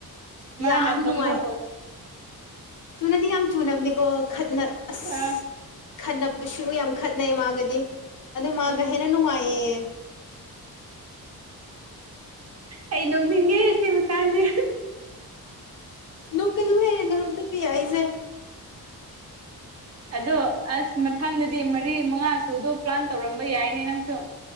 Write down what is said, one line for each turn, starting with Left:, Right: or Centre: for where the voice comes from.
Left: ꯌꯥꯝ
Right: ꯃꯥꯅꯦ ꯇ
Left: ꯅꯨꯡꯉꯥꯏ
Right: ꯍ
Left: ꯆꯨꯅꯗꯤ ꯌꯥꯝ ꯆꯨꯅꯕꯅꯤꯀꯣ ꯈꯠꯅ ꯑꯁ
Right: ꯑ
Left: ꯈꯠꯅꯕꯁꯨ ꯌꯥꯝ ꯈꯠꯅꯩ ꯃꯥꯒꯗꯤ ꯑꯗꯨ
Right: ꯎꯝ
Left: ꯃꯥꯒ ꯍꯦꯟꯅ ꯅꯨꯡꯉꯥꯏꯌꯦ
Right: ꯑꯩ ꯅꯣꯡꯅꯤꯡꯉꯦ ꯁꯤ ꯃꯇꯥꯡꯗꯤ
Left: ꯅ ꯀ ꯂꯨꯍꯦ ꯅꯅ ꯄꯤꯌꯥꯏꯁꯦ
Right: ꯑꯗꯣ ꯑꯁ ꯃꯊꯪꯗꯗꯤ ꯃꯔꯤ ꯃꯉꯥ ꯁꯨꯗꯣ ꯄ꯭ꯂꯥꯟ ꯇꯧꯔꯝꯕ ꯌꯥꯏꯅꯦ ꯅꯪꯁꯨ